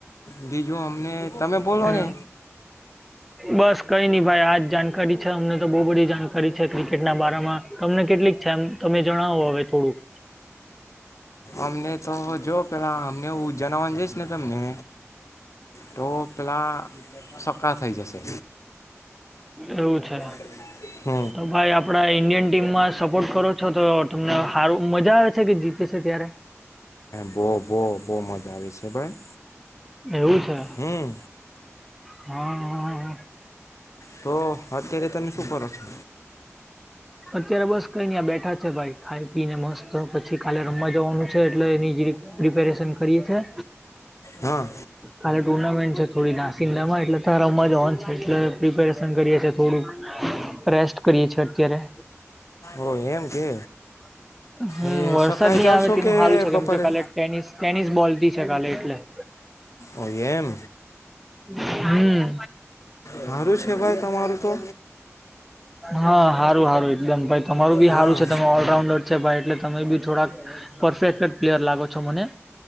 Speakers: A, on the left; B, in the centre.
A: બીજું અમને, તમે બોલો
B: અ,
A: ને
B: બસ કઈ નહી ભાઈ આજ જાણકારી છે. અમને તો બહુ બધી જાણકારી છે ક્રિકેટના બારામાં તમને કેટલીક છે, એમ તમે જણાવો હવે થોડુંક
A: અમને તો જો પેલા અમને એ જણવા જઈશ ને તમને તો પેલા સક્કા થઈ જશે.
B: એવુ, છે.
A: <inaudible> <unintelligible>
B: તો ભાઈ આપડા ઈન્ડિયન ટીમમાં સપોર્ટ કરો છો. તો તમને હારૂ મજા આવે છે, કે જીતે છે, ત્યારે
A: બહ, બહ બહ મજા આવે છે, ભાઈ
B: એવું છે,
A: હમ
B: હ, હ, હ
A: તો અત્યારે તમે શુ, કરો છો?
B: અત્યારે બસ કઈને આ બેઠા છે. ભાઈ ખાઈ પી ને મસ્ત પછી કાલે રમવા જવાનુ છે, એટલે એની જરિક પ્રિપેરેશન કરીએ છીએ
A: હા
B: કાલે ટુર્નામેન્ટ થોડી નાસીદામાં એટલે તો રમવા જવાનું હોન છે. એટલે પ્રિપેરેશન કરીએ છીએ થોડુંક રેસ્ટ કરીયે છિએ, અત્યારે
A: ઓ એમ કે
B: હમ્મ,
A: એ
B: વરસાદ
A: સકાય
B: ની
A: જાવ
B: આવે
A: છો
B: તેનું
A: કે
B: સારુ છે.
A: બપોરે
B: કેમ કે કાલે ટેનિસ ટેનિસ બોલથી છે, કાલે એટલે <inaudible>
A: ઓ એમ
B: <unintelligible> હમ્મ
A: સારું છે ભાઈ તમારું તો
B: હા હારુ, હારુ એકદમ ભાઈ તમારું ભી
A: હા
B: હારું છે, તમે ઓલરાઉન્ડર ભાઈ, એટલે તમે ભી થોડાક પરફેક્ટ પ્લેયર લાગો છો, મને,